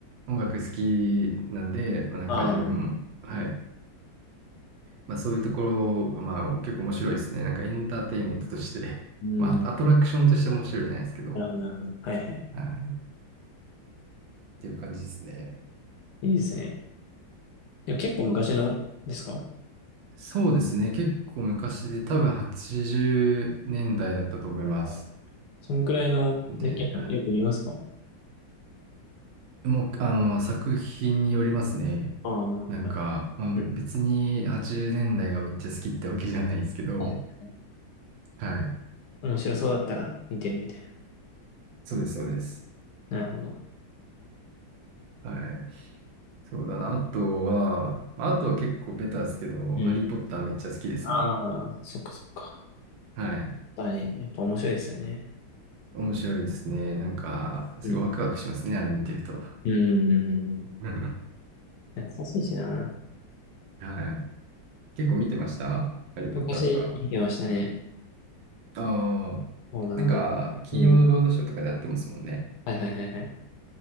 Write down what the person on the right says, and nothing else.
う音楽好きなんで、まあ、なんか自分も、
はい、まあ、そういうところまあ、結構面白いですね。なんかエンターテインメントとして、
<laughs> まあ、アトラクションとして面白いじゃないですけど、
はい。っていう感じですね。
そうですね。結構昔で、多分80年代だいだったと思います。
で、もう、あの、作品によりますね。
なんか、
まあ、
べ別に80年代がめっちゃ好きってわけじゃないですけど、
はい。
そうです、そうです。
はい。そうだな。あとは、まああとは結構ベタですけど、
ハリー・ポッターめっちゃ好きですね。
はい。
面白いですね。なんか、すごいワクワクしますね、
あれ見てると。<laughs>
うん
はい。結構見てましたハリー・ポッターとか。
ああ。
なんか、金曜ロードショーとかでやってますもんね。